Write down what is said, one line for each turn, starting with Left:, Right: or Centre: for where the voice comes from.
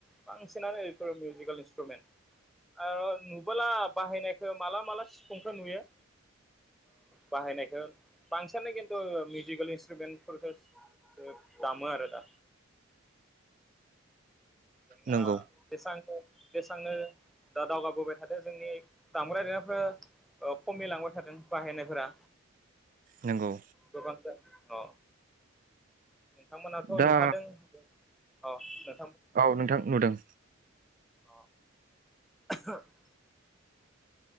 Centre: बांसिनानो मिउजिकेल इनस्ट्रुमेन्ट आरो नुबोला बाहायनायखौ माला माला सिफुंखौ नुयो बाहायनायखौ ओ बांसिनो खिन्थु मिउजिकेल इनस्ट्रुमेनफोरखौसो दामो आरो दा जों <unintelligible>
Right: नंगौ
Centre: जेसेबांनो दा दावगाबोबाय थादों जोंनि दामग्रा देनायफोरा खमिलांबाय थादों बाहायनायफोरा
Right: नंगौ
Centre: गोबां <unintelligible> अ नोंथांमोनाथ'
Right: दा
Centre: नुखादों आ ओ
Right: औ नोंथां नुदों
Centre: अ <unintelligible>